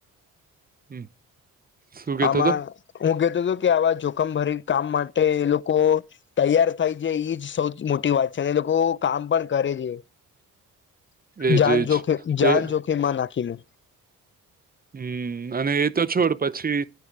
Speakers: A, on the right (about 25°); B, on the left (about 30°).
A: હમ. શું કેતો
B: આમાં
A: હતો
B: હું કેતો હતો કે આવા જોખમ ભરી કામ માટે એ લોકો તૈયાર થાય છે એજ સૌથી મોટી વાત છે અને લોકો કામ પણ કરે છે.
A: <inaudible> એજ
B: જાન
A: એજ એ
B: જોખીમ
A: જ
B: જાન
A: એ
B: જોખીમાં નાખીને.
A: હમ અને એતો છોડ પછી